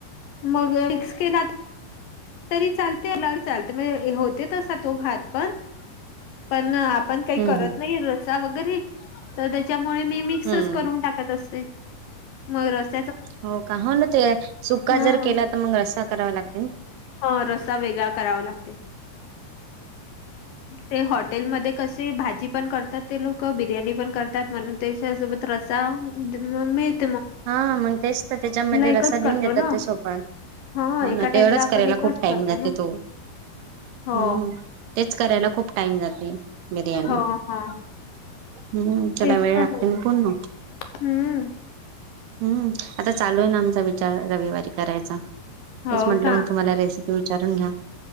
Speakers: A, on the left; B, on the right.
A: मग मिक्स केला. तरी चालते चालते म्हणे होते तसा तो भात पण पण आ आपण काही
B: हम्म
A: करत
B: हम्म
A: नाही रसा वगैरे तर त्याच्यामुळे मी मिक्सच
B: हम्म
A: करून टाकत असते. मयुरशी <inaudible>
B: हो का हो ना ते सुका
A: हा.
B: जर केला तर मग रस्सा करावा लागतो.
A: ह रसा वेगळा करावा लागते. ते हॉटेलमध्ये कसे भाजी पण करतात ते लोक बिर्याणी पण करतात म्हण त्याच्या सोबत रसा मिळतो.
B: हा मग तेच तर त्याच्यामध्ये रसा
A: एकच
B: देऊन
A: करतो
B: देतात
A: ना
B: ते सोपा हो
A: हा एका
B: ना तेवढंच
A: टाइमला आपण
B: करायला
A: एकच
B: खूप टाइम
A: करतो
B: जाते
A: ना
B: तो हम्म
A: हो
B: तेच. करायला खूप टाइम जाते बिर्याणी
A: हो हो
B: ह. त्याला
A: तेच
B: वेळ लागते
A: मग
B: ना पूर्ण.
A: हम्म
B: हम्म आता चालूय ना आमचा विचार रविवारी करायचा. तेचं
A: हो
B: म्हटलं
A: का
B: मगं तुम्हांला रेसिपी विचारून घ्यावी.